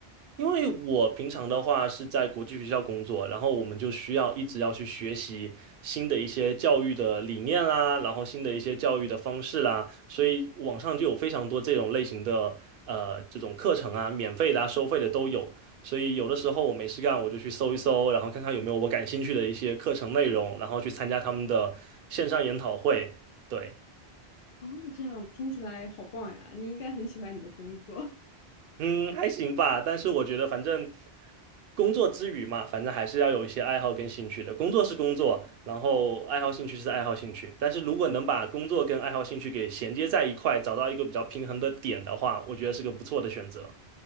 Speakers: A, on the right (about 65°); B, on the left (about 60°).
A: 因为我平常的话是在国际学校工作，然后我们就需要一直要去学习新的一些教育的理念啦，然后新的一些教育的方式啦，所以网上就有非常多这种类型的呃这种课程啊，免费的啊，收费的都有。所以有的时候我没事干，我就去搜一搜，然后看看有没有我感兴趣的一些课程内容，然后去参加他们的线上研讨会。对。
B: 哦，这样听起来好棒呀！你应该很喜欢你的工作，
A: 嗯，还行吧，但是我觉得反正工作之余嘛，反正还是要有一些爱好跟兴趣的。工作是工作，然后爱好兴趣是爱好兴趣。但是如果能把工作跟爱好兴趣给衔接在一块，找到一个比较平衡的点的话，我觉得是个不错的选择。